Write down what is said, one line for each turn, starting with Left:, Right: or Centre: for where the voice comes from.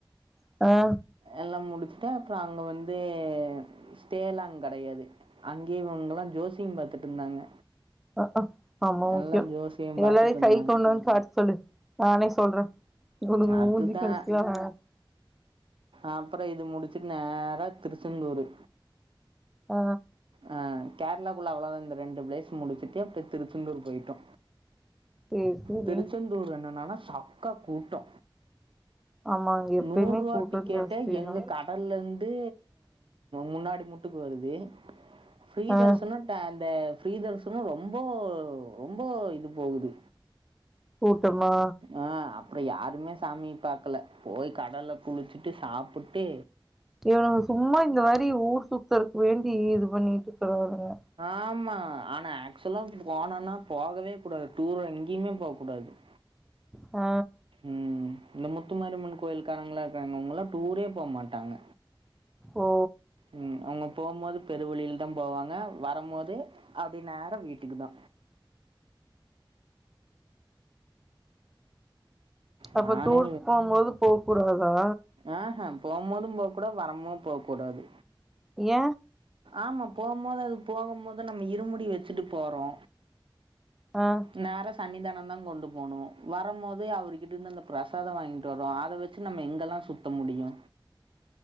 Centre: ஆ
Right: எல்லாம் முடிச்சுட்டு அப்ற அங்க வந்து ஸ்டேயல்லா அங்க கெடையாது அங்கே இவுங்களா ஜோசியம் பாத்துட்டு இருந்தாங்க
Centre: அஹ ரொம்ப முக்கியோ
Right: எல்லாம் ஜோசியம் பார்த்துட்டு
Centre: எல்லாரையு
Right: இருந்தாங்க
Centre: கை கொண்டு வந்து காட்ட சொல்லு நானே சொல்றே இவனுங்க
Right: அதுதான்
Centre: மூஞ்சிக்கு <unintelligible>
Right: அப்பற இது முடிச்சிட் நேரா திருச்சந்தூரு
Centre: ஆ
Right: ஆ கேரளாக்குள்ள அவ்ளதா இந்த ரெண்டு பிளேஸ் முடிச்சிட்டு அப்றோ திருச்செந்தூர் போய்ட்டோ
Centre: சேரி சேரி
Right: திருச்செந்தூர் என்னன்னானா சக்கா கூட்டோ
Centre: ஆமா அங்க எப்பயுமே
Right: நூருவா
Centre: கூட்டோ
Right: டிக்கெட்டே
Centre: ஜாஸ்திதா
Right: எங்க கட லந்து முன்னாடி முட்டு வருது ஃப்ரீ
Centre: ஆ
Right: தர்சனோ அந்த ஃப்ரீதர்ஸனோ ரொம்ப ரொம்ப இது போகுது
Centre: கூட்டமா
Right: ஆ அப்ற யாருமே சாமி பாக்கல போய் கடல்ல குளிச்சிட்டு சாப்புட்டு
Centre: இவனுங்க சும்மா இந்த மாரி ஊர் சுத்துறக்கு வேண்டி இது பண்ணிட்ருக்குறானுங்க
Right: ஆமா ஆனா ஆக்சுலா போனனா போகவே கூடாது டூர் எங்கியுமே போ கூடாது உ
Centre: ஆ
Right: ம் இந்த முத்துமாரியம்மன் கோயில் காரங்களா இருக்கராங்க அவுங்களா டூரே போ மாட்டாங்க
Centre: ஓ
Right: ம் அவுங்க போம்போது பெருவழில தா போவாங்க வரம் போதே அப்டி நேரா வீட்டுக்கு தா
Centre: அப்ப
Right: நானே
Centre: டூர் போ போது போ கூடாதா
Right: ஆஹ போ போது போ கூடாத் வரமோ போ கூடாது
Centre: ஏ
Right: ஆமா போம்போது அது போக போது நம்ம இருமுடி வெச்சிட்டு போறோ
Centre: ஆ
Right: நேரா சன்னிதான தா கொண்டு போனு வர போதே அவர்கிட்டந்து அந்த பிரசாத வாய்ன்ட்டு வரோ அத வச்சி நம்ம எங்கெல்லா சுத்த முடியு